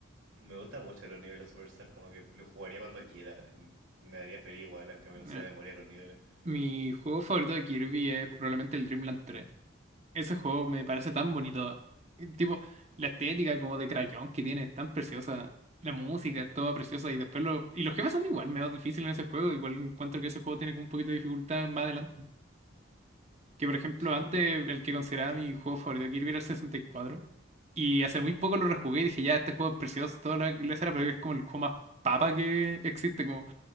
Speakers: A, on the right (about 80°); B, on the right (about 35°).
A: me gusta mucho los niveles de Superstar, como que lo jugaría cuando quiera, y me daría feliz igual, aunque me lo sé
B: ya.
A: de memoria los niveles.
B: Mi juego favorito de Kirby es probablemente el Dreamland 3. Ese juego me parece tan bonito. Eh, Tipo, la estética como de crayón que tiene es tan preciosa. La música es toda preciosa y después lo... Y los jefes son igual, medio difícil en ese juego. Igual encuentro que ese juego tiene como un poquito de dificultad más adelante. Que por ejemplo,
A: Sí.
B: antes el que consideraba mi juego favorito, Kirby, era el 64. Y cuatro. Y hace muy poco lo rejugué y dije, ya, este juego es precioso, toda la era pero es como el juego más papa que existe. Como,